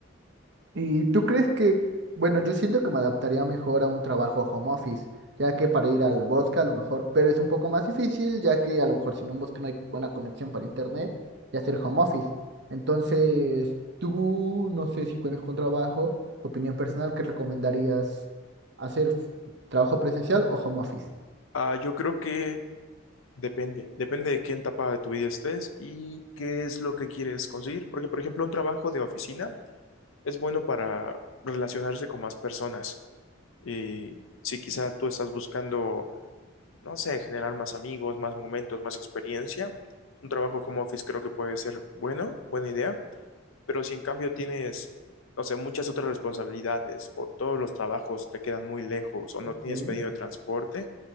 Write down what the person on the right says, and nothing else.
¿Y tú crees que, bueno, yo siento que me adaptaría mejor a un trabajo home office, ya que para ir al bosque a lo mejor, pero es un poco más difícil, ya que a lo mejor si en un bosque no hay buena conexión para internet y hacer home office. Entonces, tú, no sé si cuentas con trabajo, opinión personal, ¿qué recomendarías hacer f- trabajo presencial o home office?
Ok.